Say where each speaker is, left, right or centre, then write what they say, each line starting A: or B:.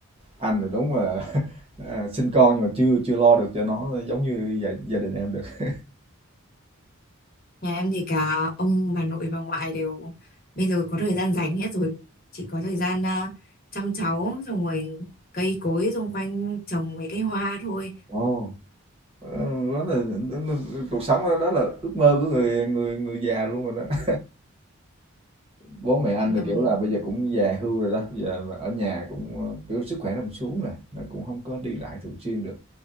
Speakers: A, on the right (about 25°); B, on the left (about 45°).
A: Anh thì đúng là <laughs> à, sinh con nhưng mà chưa chưa lo được cho nó giống như gia, gia đình em được.
B: Nhà em thì cả ông, bà nội, bà ngoại đều bây giờ có thời gian rảnh hết rồi. Chỉ có thời gian à, chăm cháu, xong rồi cây cối xung quanh trồng mấy cái hoa thôi.
A: Ồ. Ừ, đó là đó là- cuộc sống đó, đó là ước mơ của người người người già luôn rồi đó bố mẹ anh
B: Dạ
A: thì
B: vâng.
A: kiểu là bây giờ cũng già hưu rồi đó bây giờ mà ở nhà cũng ờ, kiểu sức khỏe nó cũng xuống rồi nó cũng không có đi lại thường xuyên được